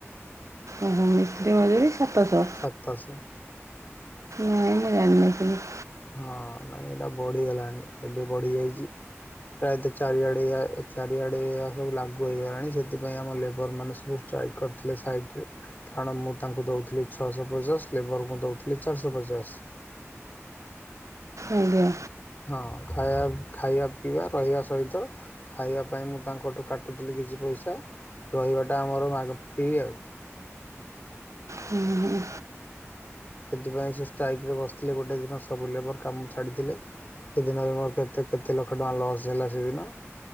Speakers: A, on the right; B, on the left.
A: ଓ ହଁ ମିସ୍ତ୍ରୀ ମଜୁରୀ ସାତଶହ।
B: ସାତ ଶହ।
A: ନାଇ ମୁ ଜାଣିନି ଏ ସବୁ।
B: ହଁ ନାଇଁ ଏଇଟା ବଢିଗଲାଣି ଏବେ ବଢି ଯାଇଛି। ପ୍ରାୟତଃ ଚାରିଆଡେ ଚାରିଆଡେ ସବୁ ଲାଗୁ ହେଇଗଲାଣି ସେଥିପାଇଁ ଆମ ଲେବର ମାନେ ସବୁ ଟ୍ରଏ କରିଥିଲେ ସାଇଟ ରେ। କାରଣ ମୁଁ ତାଙ୍କୁ ଦଉଥିଲି ଛଅଶହପଚାଶ୍ ଲେବରଙ୍କୁ ଦଉଥିଲି ଚାରିଶହ ପଚାଶ୍।
A: ଆଜ୍ଞା।
B: ହଁ ଖାଇବା -ଖାଇବା ଖାଇବା ପିଇବା ରହିବା ସହିତ ଖାଇବା ପାଇଁ ମୁଁ ତାଙ୍କଠୁ କାଟୁଥିଲି କିଛି ପଇସା ରହିବାଟା ଆମର ମାଗ୍ -ଫ୍ରି ଆଉ।
A: ହୁଁ ହ।
B: ସେଥିପାଇଁ ସେ ଷ୍ଟ୍ରାଇକ ରେ ବସିଥିଲେ ଗୋଟେ ଦିନ ସବୁ ଲେବର କାମ ଛାଡ଼ିଥିଲେ। ସେଦିନ ବି ମୋର କେତେ କେତେ ଲକ୍ଷ ଟଙ୍କା ଲସ୍ ହେଲା ସେଦିନ।